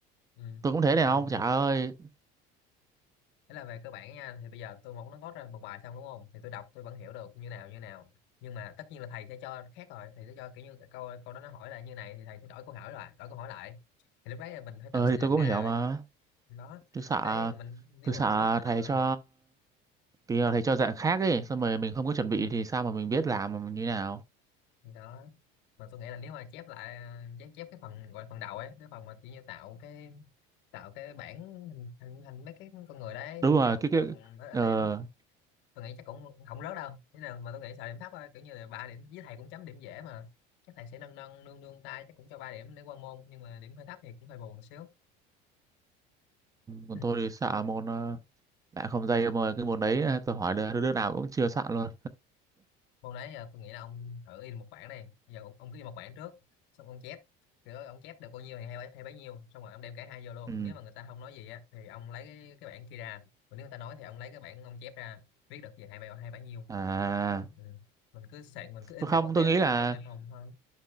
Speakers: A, on the left; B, on the right.
A: <laughs> ừ.
B: tôi cũng thế này
A: còn
B: không? Trời ơi.
A: Thế là về cơ bản nha, thì bây giờ tôi muốn nó gót ra một bài xong đúng không? Thì tôi đọc tôi vẫn hiểu được như nào như nào. Nhưng mà tất nhiên là thầy sẽ cho khác rồi, thầy sẽ cho kiểu như câu câu đó nó hỏi là như này thì thầy sẽ đổi câu hỏi lại, đổi câu hỏi lại. Thì lúc đấy là mình phải
B: Ờ
A: tự suy
B: thì
A: luận
B: tôi cũng
A: ra
B: hiểu
A: rồi.
B: mà.
A: Đó.
B: Tôi sợ
A: Đấy mình nếu
B: tôi
A: mình
B: sợ
A: không biết mình
B: thầy
A: đâu có làm
B: cho
A: được.
B: vì là thầy cho dạng khác ấy xong rồi mình không có chuẩn bị
A: Ừ.
B: thì sao mà mình biết làm mà như thế nào
A: Đó. Mà tôi nghĩ là nếu mà chép lại chép chép cái phần gọi là phần đầu ấy, cái phần mà kiểu như tạo cái tạo cái bản hình, hình, hình mấy cái con người đấy
B: đúng
A: thì
B: rồi
A: chắc cũng
B: cái
A: được
B: cái
A: với ít
B: ờ,
A: điểm. tôi nghĩ chắc cũng không rớt đâu thế nào mà tôi nghĩ sợ điểm thấp thôi kiểu như là ba điểm với thầy cũng chấm điểm dễ mà chắc thầy sẽ nâng nâng nương nương tay chắc cũng cho ba điểm để qua môn nhưng mà điểm hơi thấp thì cũng hơi buồn một xíu
B: còn
A: <laughs>
B: tôi thì xạ môn uh, bạn không dây mà cái môn đấy ờ, tôi hỏi đứa, đứa nào cũng chưa sạn luôn
A: môn đấy giờ tôi nghĩ là ông thử in một bảng này giờ ông, ông cứ in một bảng trước xong ông chép kiểu ông chép được bao nhiêu thì hay, bấy- hay bấy nhiêu xong rồi ông đem cả hai vô luôn
B: ừ.
A: nếu mà người ta không nói gì á thì ông lấy cái, cái bảng kia ra còn nếu người ta nói thì ông lấy cái bảng ông chép ra viết được gì hay bao hay bấy nhiêu
B: à
A: còn ừ, mình cứ sạn mình cứ in
B: tôi không
A: sẵn một cái
B: tôi nghĩ
A: cho
B: là
A: cho đề phòng thôi